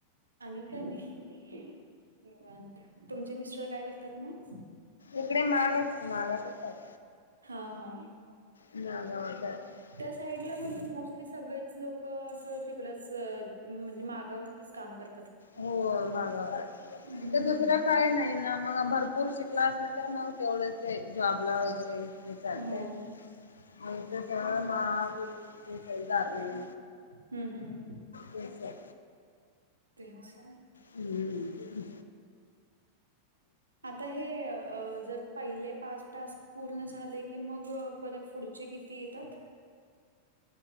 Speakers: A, on the right; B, on the left.
A: आणि का नाही निवांत तुमचे मिस्टर काय करतात मग
B: इकडे मागच मागातच.
A: हा हा.
B: मागावर जात
A: त्या साईड ला म्हणजे मोस्टली सगळेच लोक असं तिकडच म्हणजे मागावर ते काम कर.
B: हो माग
A: हम्म.
B: इथ दुसरं काय नाही. मग भरपूर शिकला असल तर मग तेवढच जॉब ला वगैरे चालते.
A: हो
B: मतळ मा वतारणार
A: हम्म हम्म
B: हच् सर.
A: ते अच्छा.
B: हम्म
A: आता हे जर पहिले पाच टास्क पूर्ण झाले की कि मग परत पुढचे किती येतात.